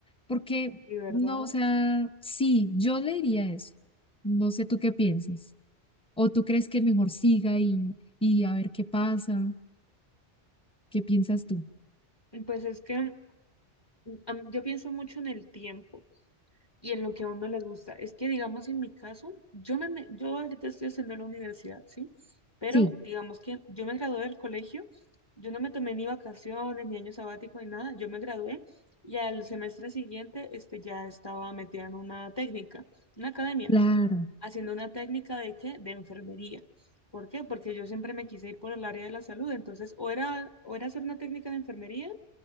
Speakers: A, in the centre; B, on the left.
A: porque
B: Sí, ¿verdad?
A: no, o sea, sí, yo le diría eso, no sé tú qué pienses, o tú crees que mejor siga y, y a ver qué pasa, qué piensas tú.
B: Pues es que mm, am- yo pienso mucho en el tiempo. y en lo que a uno le gusta. Es que, digamos, en mi caso, yo, me, me- yo ahorita estoy haciendo la universidad, ¿sí? Pero
A: Sí,
B: digamos que yo me gradué del colegio, yo no me tomé ni vacaciones, ni año sabático, ni nada, yo me gradué y al semestre siguiente este, ya estaba metida en una técnica, una academia,
A: claro.
B: haciendo una técnica de qué? De enfermería. ¿Por qué? Porque yo siempre me quise ir por el área de la salud, entonces o era, o era hacer una técnica de enfermería